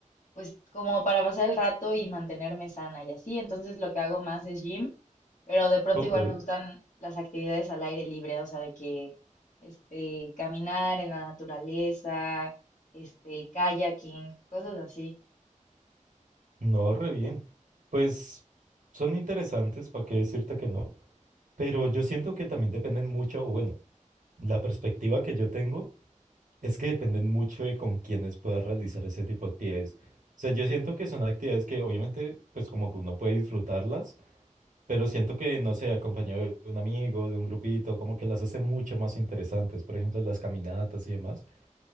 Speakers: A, on the left; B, on the right.
A: pues como para pasar el rato y mantenerme sana y así. Entonces lo que hago más es gym, pero de pronto
B: ok,
A: igual me gustan las actividades al aire libre, o sea, de que este, caminar en la naturaleza, este, kayaking, cosas así.
B: no, re bien. Pues son interesantes, ¿para qué decirte que no? Pero yo siento que también dependen mucho, o bueno, la perspectiva que yo tengo es que dependen mucho de con quienes puedas realizar ese tipo de actividades. O sea, yo siento que son actividades que obviamente, pues como que uno puede disfrutarlas, pero siento que, no sé, acompañado de un amigo, de un grupito, como que las hace mucho más interesantes. Por ejemplo, las caminatas y demás.